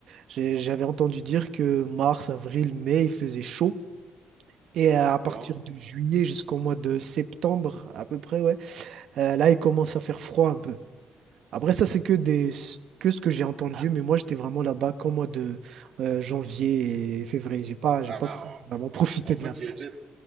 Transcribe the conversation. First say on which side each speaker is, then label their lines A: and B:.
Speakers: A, on the right; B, on the right.
A: j'ai- j'avais entendu dire que mars, avril, mai, il faisait chaud. Et à
B: d'accord.
A: partir de juillet jusqu'au mois de septembre, à peu près, ouais, euh, là, il commence à faire froid un peu. Après, ça, c'est que des, que ce que j'ai entendu, mais moi, j'étais vraiment là-bas qu'au mois de euh, janvier et février. J'ai pas, j'ai
B: Ah,
A: pas vraiment <laughs> profité
B: en en
A: de
B: fait,
A: la plage.
B: il y a été...